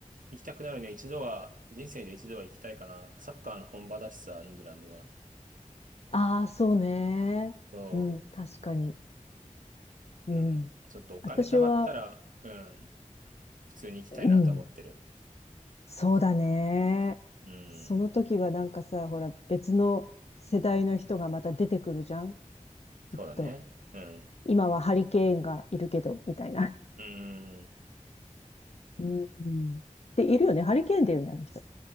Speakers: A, on the right; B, on the left.
A: 行きたくなるね。一度は、人生で一度は行きたいかな。やっぱサッカーの本場だしさ、イングランドは。
B: ああ、そうね。
A: そ
B: うん、確かに。
A: う。
B: うん。
A: うん。ちょっとお金貯まったら、
B: 私は、
A: うん。普通に行きたいなとは思ってる。
B: うん、そうだね。
A: うん。
B: その時はなんかさ、ほら、別の世代の人がまた出てくるじゃんきっと。
A: そうだね。うん。
B: 今はハリケーンがいるけど、みたいな。
A: うん。
B: うん。で、いるよね。ハリケーンだよね、あの人。